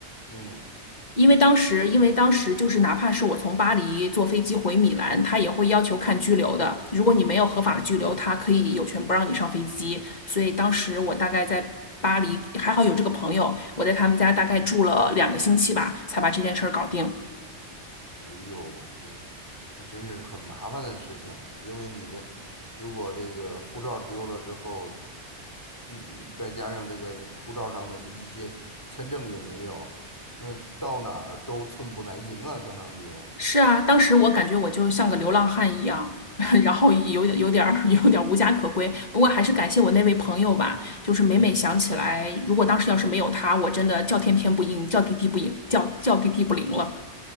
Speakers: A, on the left; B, on the left.
A: 嗯，
B: 因为当时，因为当时就是哪怕是我从巴黎坐飞机回米兰，他也会要求看拘留的。如果你没有合法的拘留，他可以有权不让你上飞机。所以当时我大概在巴黎，还好有这个朋友，我在他们家大概住了两个星期吧，才把这件事儿搞定。
A: 哎呦，我天，那真是很麻烦的事情，因为你的如果这个护照丢了之后，嗯，再加上这个护照上面的一些签证也没有，那到哪儿都寸步难行啊，相当于。
B: 是啊，当时我感觉我就像个流浪汉一样，<laughs> 然后有点有点儿有点儿无家可归。不过还是感谢我那位朋友吧，就是每每想起来，
A: 嗯，
B: 如果当时要是没有他，我真的叫天天不应，叫地地不应，叫叫地地不灵了。